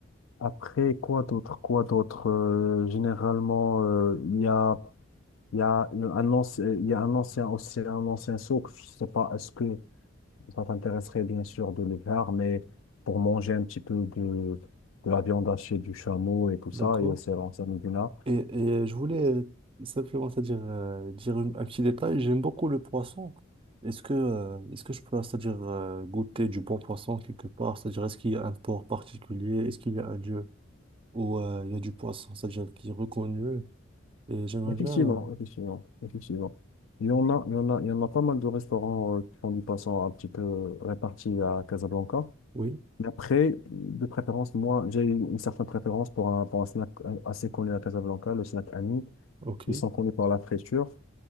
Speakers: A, on the left; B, on the right.
A: Après, quoi d'autre, quoi d'autre? Euh, généralement, euh, il y a, il y a une- un ancien, il y a un ancien, aussi un ancien souk. Je sais pas, est-ce que ça t'intéresserait bien sûr de le faire, mais pour manger un petit peu de, de la viande hachée du chameau et tout ça,
B: D'accord.
A: et c'est l'ancien Médina.
B: Et, et je voulais euh, simplement, c'est-à-dire euh, dire une- un petit détail. J'aime beaucoup le poisson. Est-ce que, euh, est-ce que je peux, c'est-à-dire euh, goûter du bon poisson quelque part? C'est-à-dire, est-ce qu'il y a un port particulier? Est-ce qu'il y a un lieu où euh, il y a du poisson, c'est-à-dire qui est reconnu? Et j'aimerais
A: Effectivement,
B: bien. euh,
A: effectivement, effectivement. Il y en a, il y en a, il y en a pas mal de restaurants euh, qui font du poisson un petit peu répartis à Casablanca.
B: Oui,
A: Mais après, de préférence, moi, j'ai une une certaine préférence pour un, pour un snack euh, assez connu à Casablanca, le snack Ami.
B: ok.
A: Ils sont connus par la friture.